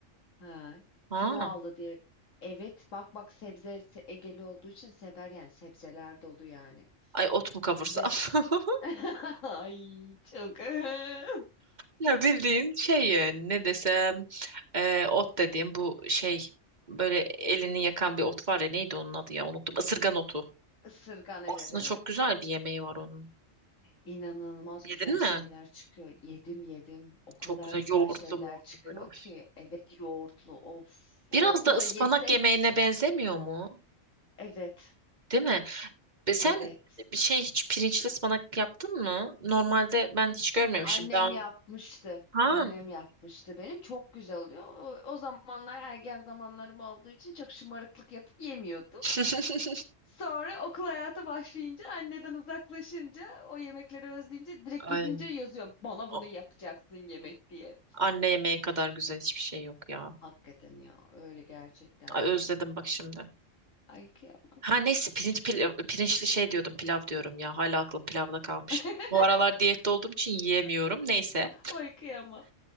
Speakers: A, on the left; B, on the right.
A: Ha,
B: Ha.
A: aldı diye. Evet bak bak sebze se- Egeli olduğu için sever yani sebzeler dolu yani.
B: Ay ot mu kavursam?
A: Ve
B: <laughs>
A: <laughs> ay çok <laughs>
B: Ya bildiğin şey yani ne desem e, ot dediğim bu şey böyle elini yakan bir ot var ya neydi onun adı ya unuttum. Isırgan otu.
A: ısırgan
B: Aslında
A: evet evet.
B: çok güzel bir yemeği var onun.
A: İnanılmaz
B: Yedin
A: güzel şeyler
B: mi?
A: çıkıyor. Yedim yedim. O kadar
B: Çok güzel
A: güzel
B: yoğurtlu
A: şeyler
B: moğurtlu
A: çıkıyor
B: böyle. Of.
A: ki. Evet yoğurtlu of
B: Biraz
A: olsa
B: da ıspanak
A: da yesek.
B: yemeğine benzemiyor mu?
A: Evet
B: Değil mi? Ve sen
A: evet
B: bir şey hiç pirinçli ıspanak yaptın mı? Normalde ben hiç görmemiştim
A: Annem
B: daha önce.
A: yapmıştı.
B: Ha.
A: Annem yapmıştı benim. Çok güzel oluyor. O, o zamanlar ergen zamanlarım olduğu için çok şımarıklık yapıp yemiyordum.
B: <laughs>
A: Sonra okul hayatı başlayınca anneden uzaklaşınca o yemekleri özleyince direkt gidince
B: Ay,
A: yazıyor. Bana
B: o-
A: bunu yapacaksın yemek diye.
B: anne yemeği kadar güzel hiçbir şey yok ya.
A: Hakikaten ya öyle gerçekten
B: Ay, özledim
A: de.
B: bak şimdi.
A: Ay kıyamam.
B: Ha neyse pirinç pil- pirinçli şey diyordum pilav diyorum ya hala aklım pilavda kalmış.
A: <laughs>
B: Bu aralar diyette olduğum için yiyemiyorum. Neyse.
A: Ay kıyamam.